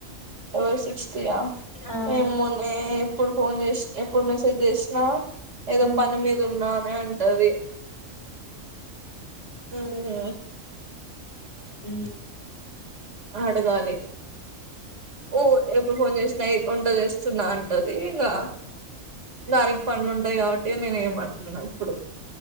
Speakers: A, on the right (about 65°); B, on the left (about 55°).
A: ఎవరు సిక్ట్ ఆ
B: ఆ
A: ఏమో లే ఎప్పుడు ఫోన్ చేసిన ఎప్పుడు మెసేజ్ చేసినా ఏదో
B: ఉమ్
A: పని మీద ఉన్నా అనే అంటది ఉహుమ్
B: ఉమ్
A: అడగాలి ఓ ఎప్పుడు ఫోన్ చేసిన ఎప్పు ఉంటది వస్తున్నా అంటది ఇగా దానికి పనులు ఉంటది కాబట్టి అని నేనే ఏమంటున్నా ఇప్పుడు